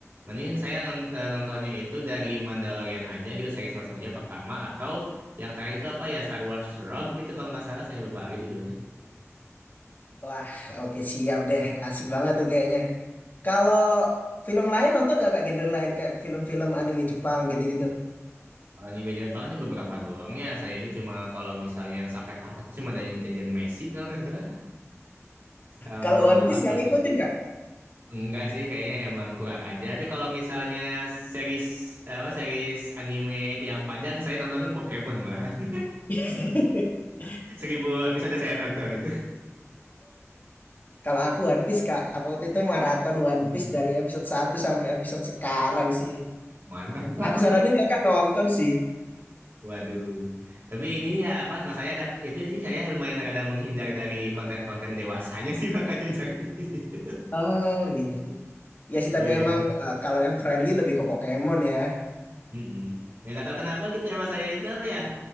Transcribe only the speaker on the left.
Wah, oke siap deh. Asik banget tuh kayaknya. Kalau film lain nonton nggak kak genre lain kayak film-film anime Jepang gitu-gitu?
Kalau One Piece
nggak ngikutin
kak?
<laughs>
Kalau aku One Piece kak, aku waktu itu maraton One
Piece dari episode satu sampai episode sekarang sih.
Aku saranin kakak nonton sih.
Oh iya sih. Iya sih
tapi emang eh, kalau yang friendly lebih ke Pokemon ya.